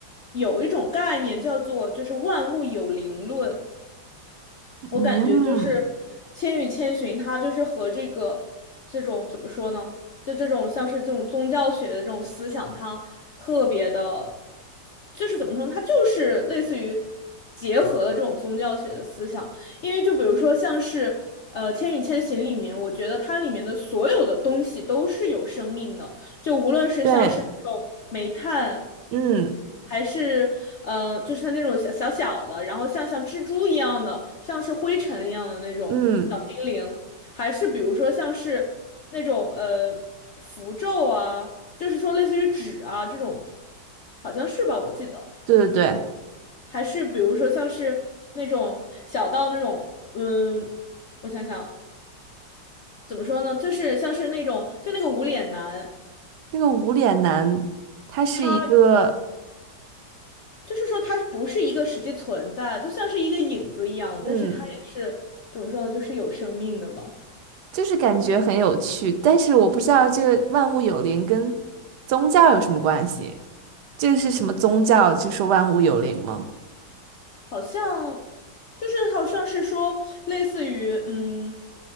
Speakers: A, on the left; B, on the right.
A: 有一种概念叫做就是万物有灵论，我感觉就是
B: 嗯，
A: 《千与千寻》，它就是和这个这种怎么说呢？就这种像是这种宗教学的这种思想，它特别的，就是怎么说呢？它就是类似于结合了这种宗教学的思想，因为就比如说像是呃《千与千寻》里面，我觉得它里面的所有的东西都是有生命的，就无论是像是那种煤炭，
B: 对，嗯
A: 还是呃，就是它那种小小小的，然后像像蜘蛛一样的，像是灰尘一样的那种小精灵，
B: 嗯。
A: 还是比如说像是那种呃符咒啊，就是说类似于纸啊这种，好像是吧，我记得，
B: 对对对，
A: 还是比如说像是那种小到那种嗯。我想想，怎么说呢？就是像是那种，就那个无脸男，
B: 那个无脸男，他是一个，
A: 他就是说它不是一个实际存在，就像是一个影子一样，
B: 嗯，
A: 但是它也是怎么说呢，就是有生命的嘛，
B: 就是感觉很有趣，但是我不知道这个万物有灵跟宗教有什么关系？这个是什么宗教？就说万物有灵吗？
A: 好像就是好像是说类似于嗯，